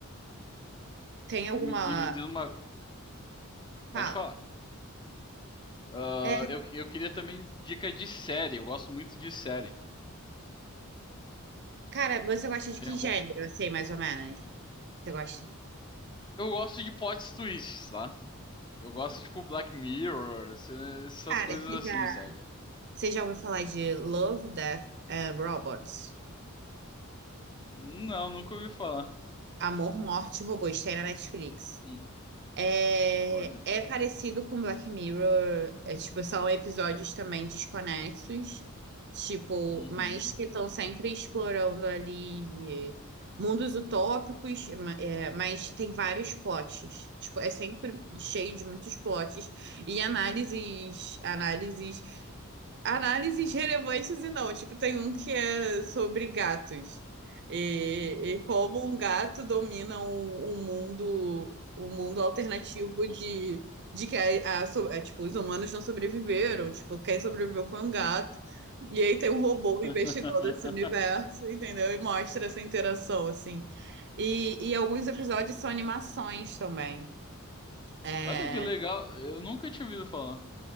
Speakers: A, on the right; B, on the left.
A: tem alguma.
B: e me, e me diz uma. Pode
A: Fala.
B: falar. Ah,
A: É,
B: eu, eu queria também dica de série. Eu gosto muito de série.
A: cara, você gosta de
B: Tem
A: que
B: algum...
A: gênero, assim, mais ou menos? Você gosta?
B: Eu gosto de plot twists, tá? Eu gosto, tipo, Black Mirror, esse- essas
A: Cara,
B: coisas
A: você
B: assim,
A: já,
B: sabe?
A: você já ouviu falar de Love, Death and Robots?
B: Não, nunca ouvi falar.
A: Amor, Morte e Robôs, tem na Netflix.
B: Hum,
A: É,
B: Olha.
A: é parecido com Black Mirror, é tipo, são episódios também desconexos, tipo,
B: Uhum.
A: mas que estão sempre explorando ali eh, mundos utópicos, ma- é, mas tem vários plots. Tipo, é sempre cheio de muitos plots e análises, análises análises relevantes e não. Tipo, tem um que é sobre gatos e, e como um gato domina um, um mundo, um mundo alternativo de, de que a, a so- é, tipo, os humanos não sobreviveram. Tipo, quem sobreviveu foi um gato. E aí tem um robô
B: <laughs>
A: investigando esse universo, entendeu? E mostra essa interação, assim. E, e alguns episódios são animações também. É,
B: Olha que legal. Eu nunca tinha ouvido falar.